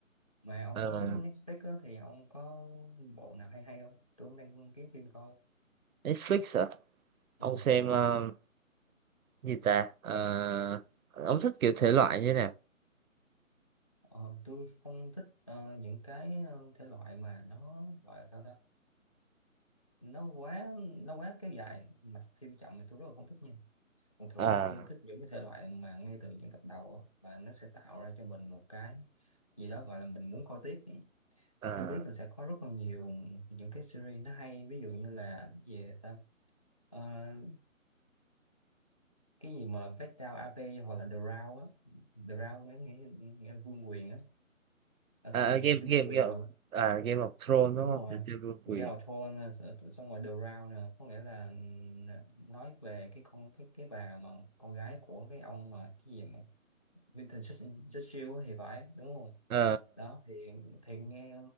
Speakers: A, on the left; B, on the right.
A: mà ông
B: ờ
A: có
B: ờ,
A: nhắc đến Netflix á, thì ông có bộ nào hay hay không tôi cũng đang kiếm phim coi
B: Netflix hả
A: Ừ.
B: ông xem ờ, gì ta Ờ, ông thích kiểu thể loại như thế nào
A: Ờ, tôi không thích ờ, những cái ờ, thể loại mà nó gọi là sao ta nó quá nó quá kéo dài mạch phim chậm thì tôi rất là không thích nha thường thường
B: à
A: là tôi thích những cái thể loại mà ngay từ những tập đầu á, mà nó sẽ tạo ra cho mình một cái gì đó gọi là mình muốn coi tiếp
B: à
A: tôi biết là sẽ có rất là nhiều những cái series nó hay ví dụ như là gì ta Ờ, cái gì mà Vết Đao AP hoặc là The Round á The Round với nghe, nghe Vương Quyền á Ờ, xong
B: à,
A: rồi
B: game
A: trò chơi
B: game
A: Vương Quyền
B: game à, Game of Thrones
A: đúng
B: đúng không
A: rồi
B: trò chơi vương
A: Game
B: quyền
A: of Thrones nè, s- xong rồi The Round nè có nghĩa là ừm, nói về cái con cái cái bà mà con gái của cái ông mà cái gì mà vincent Church- Churchill thì phải đúng không
B: Ờ,
A: đó thì thì nghe